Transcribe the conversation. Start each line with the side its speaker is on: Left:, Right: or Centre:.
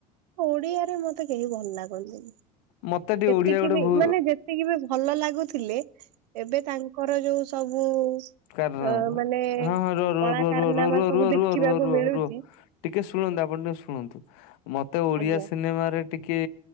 Right: ଓଡି଼ଆରେ ମତେ କେହି ଭଲ ଲାଗନ୍ତିନି।
Left: ମତେ ଟିକେ
Right: ଯେତିକି
Left: ଓଡିଆ ଗୋଟେ
Right: ବି
Left: ଭୁ
Right: ମାନେ ଯେତିକି ବି ଭଲ ଲାଗୁଥିଲେ ଏବେ ତାଙ୍କୁ ଙ୍କର ଯୋଉ ସବୁ।
Left: କାରନା
Right: ଅ ମାନେ
Left: ହଁ ହ ରୁଅ,
Right: କଳା
Left: ରୁଅ,
Right: କାରନାମା ସବୁ
Left: ରୁଅ,
Right: ଦେଖିବାକୁ ମିଳୁଛି
Left: ରୁଅ ଟିକେ ଶୁଣନ୍ତୁ ଆପଣ ଟିକେ ଶୁଣନ୍ତୁ ମତେ ଓଡିଆ
Right: ଆଜ୍ଞା
Left: ସିନେମାରେ। ଟିକେ